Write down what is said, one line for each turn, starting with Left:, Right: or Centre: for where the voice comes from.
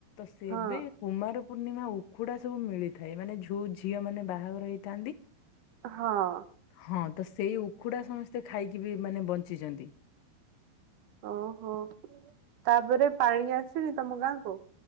Left: ସେବେ
Right: ହଁ
Left: କୁମାର ପୂର୍ଣ୍ଣିମା ଉଖୁଡା ସବୁ ମିଳିଥାଏ ମାନେ ଯୋଉ ଝିଅ ମାନେ ବା ଆଉର ହେଇଥାନ୍ତିି,
Right: ହଁ
Left: ହଁ ତ ସେଇ ଉଖୁଡା ସମସ୍ତେ ଖାଇକି ବି ମାନେ ବଞ୍ଚିଚନ୍ତି।
Right: ଓହୋ ତାପରେ ପାଣି ଆସିନି ତମ ଗାଁ କୁ?